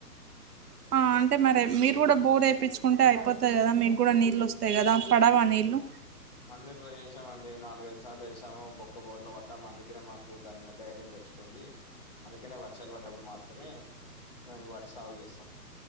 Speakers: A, on the right (about 70°); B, on the left (about 25°).
A: ఆ అంటే మరె మీరు కూడా బోర్ ఎపిచ్చుకు టే అయిపోతాది గదా మీగుడా నీళ్ళు వస్తాయి కదా పడవా నీళ్లు
B: అన్ని ట్రై చేసామండి నాలుగైఐదు సార్లు ఎసాము బొక్క బోర్ల పడ్డాము అందుకనే మాకు దాని మీద ధైర్యం ర్చ్చిపోయింది అందుకనే వర్షాలు పడ్డప్పుడు మాత్రమే మేము వరి సాగు చేస్తాం